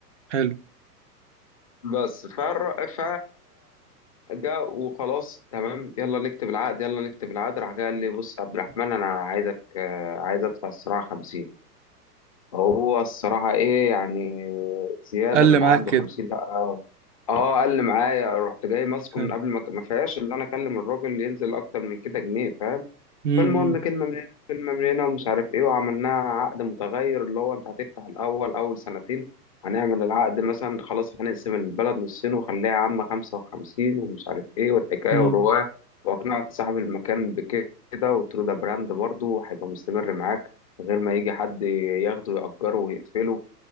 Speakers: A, on the right; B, on the left.
A: حلو
B: بس فر... ف جاء وخلاص تمام يلا نكتب العقد يلا نكتب العقد راح جاي قال لي بص يا عبد الرحمن أنا عايزك آه، عايز أدفع الصراحة 50 هو الصراحة إيه يعني زيادة
A: قال
B: من
A: معاك
B: عنده
A: كده
B: 50 لأ اه آه، قال لي معايا رحت جاي ماسكه
A: حلو.
B: من قبل ما ما فيهاش اللي انا اكلم الراجل ينزل اكتر من كده جنيه فاهم
A: امم
B: فالمهم كلمة من هنا كلمة من هنا ومش عارف ايه وعملناها عقد متغير اللي هو انت هتفتح الأول أول سنتين هنعمل العقد مثلا خلاص هنقسم البلد نصين وخليها عامة خمسة وخمسين ومش عارف ايه والحكاية
A: امم
B: والرواية وأقنعت صاحب المكان بكده وقلت له ده براند برضه وهيبقى مستمر معاك من غير ما يجي حد ياخده يأجره ويقفله